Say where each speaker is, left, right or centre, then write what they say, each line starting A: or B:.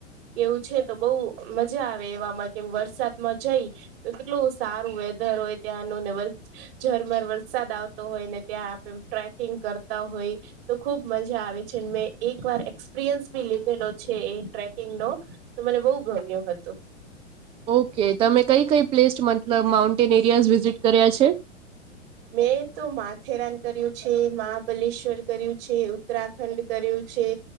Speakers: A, on the right; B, on the right.
A: એવું છે તો બઉુ મજા આવે એવામાં કે વરસાદમાં જઈ તો કેટલું સારું વેધર હોય ત્યાંનુંનેવ ઝરમર વરસાદ આવતો હોય ને ત્યાં આપે ટ્રેકિંગ કરતા હોય તો ખુબ મજા આવે છે મેં એક વાર એક્સપિરિયન્સ ભી લીધેલો છે એ ટ્રેકિંગ નો તો મને બહુ ગમ્યું હતું
B: ઓકે તમે કઈ કઈ પ્લેસ મતલબ માઉન્ટેન એરિયાઝ વિઝિટ કર્યા છે
A: મેં તો માથેરાન કર્યું છે મહાબલેશ્વર કર્યું છે ઉત્તરાખંડ કર્યું છે